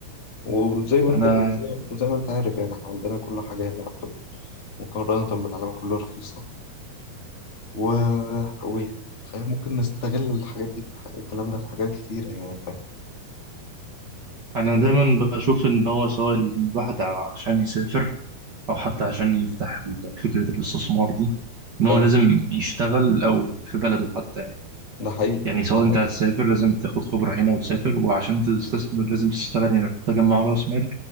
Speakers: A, on the left (about 35°); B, on the right (about 75°).
A: وزي ما
B: انا
A: انت وزي, وزي ما انت عارف يعني احنا عندنا كل حاجه هنا يعتبر مقارنه بالعالم كله رخيصه و... و... يعني فاهم ممكن نستغل الحاجات دي في ح- الكلام ده في حاجات كتيره يعني فاهم
B: انا دايما بشوف ان هو سواء الواحد عشان يسافر او حتى عشان يفتح ال- فكرة الاستثمار دي ان هو
A: اه
B: لازم يشتغل الاول في بلده حتى يعني
A: ده حقيقي
B: يعني سواء
A: ده حقيقي
B: انت هتسافر لازم تاخد خبرة هنا وتسافر وعشان تستثمر لازم تشتغل هنا تجمع راس مال